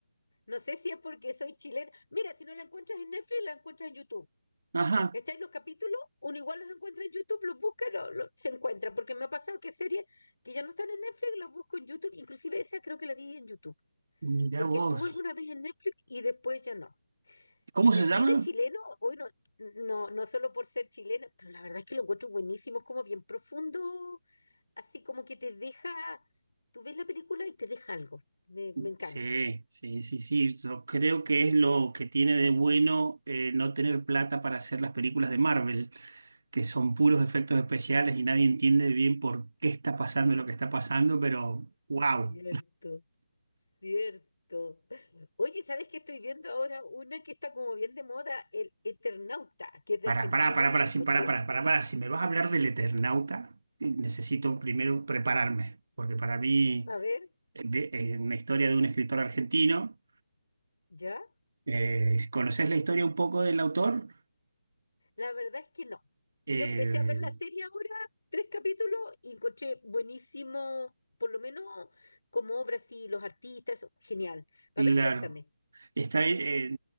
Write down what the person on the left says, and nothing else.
no sé si es porque soy chilena, mira, si no la encuentras en Netflix, la encuentras en YouTube.
¿Cachai? Los capítulos, uno igual los encuentra en YouTube, los busca, lo- lo- se encuentra, porque me ha pasado que series que ya no están en Netflix, las busco en YouTube, inclusive esa creo que la vi en YouTube,
porque
estuvo alguna vez en Netflix y después ya no.
El
cine chileno, hoy no, no, no solo por ser chilena, pero la verdad es que lo encuentro buenísimo, es como bien profundo, así como que te deja, tú ves la película y te deja algo. Me, me encanta
a mí.
Cierto, cierto. Oye, ¿sabes qué estoy viendo ahora? Una que está como bien de moda, el Eternauta, que es de
Argentina.
La
encontró.
A ver,
¿ya?
La verdad es que no.
Yo empecé a ver la serie ahora, tres capítulos, y encontré buenísimo, por lo menos como obras y los artistas, genial. A
ver, cuéntame.